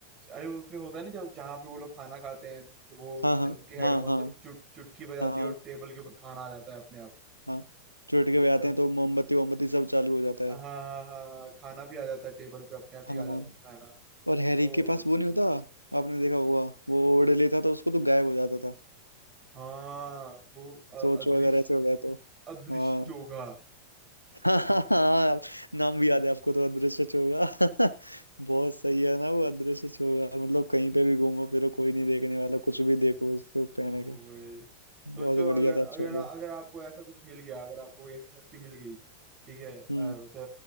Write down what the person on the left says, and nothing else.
हाँ हाँ
हाँ हाँ
हाँ
हाँ चुटके
बजाते हैं तो मोमबत्ती वोमबत्ती सब चालू हो जाता है
हाँ
हाँ।
और हैरी
के पास वो नहीं होता आपने देखा होगा वो ओढ़ लेता था उसको तो गायब हो जाता था
सोचो
अगर ऐसे हो जाए तो
हाँ
<laughs> हाँ हाँ
हाँ, नाम भी याद है आपको तो अदृश्य चोगा <laughs> बहुत सही है ना वो अदृश्य चोगा मतलब कहीं पे भी घूमो फिरो कोई नहीं देखने वाला कुछ भी देखो उस पे वो
पहने के
बहुत
बढ़िया
था चोगा
हम्म